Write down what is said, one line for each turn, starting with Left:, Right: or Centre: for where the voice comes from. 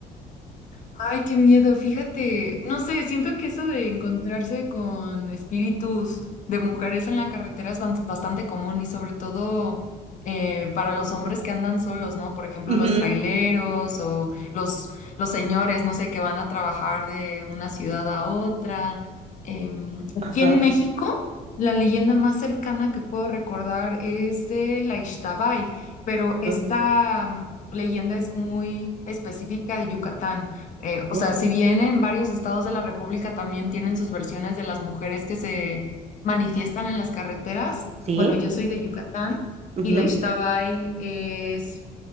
Left: Ay, qué miedo, fíjate, no sé, siento que eso de encontrarse con espíritus de mujeres en la carretera es ban- bastante común y sobre todo eh, para los hombres que andan solos, ¿no? Por ejemplo,
Right: Ujú,
Left: los traileros o los, los señores, no sé, que van a trabajar de una ciudad a otra. Em, aquí
Right: Ajá,
Left: en México, la leyenda más cercana que puedo recordar es de la Ixtabay, pero
Right: ajá,
Left: esta mm, leyenda es muy específica de Yucatán eh,
Right: ajá,
Left: o sea, si bien en varios estados de la República también tienen sus versiones de las mujeres que se manifiestan en las carreteras,
Right: sí,
Left: bueno, yo soy de Yucatán
Right: ujú,
Left: y la Ixtabay es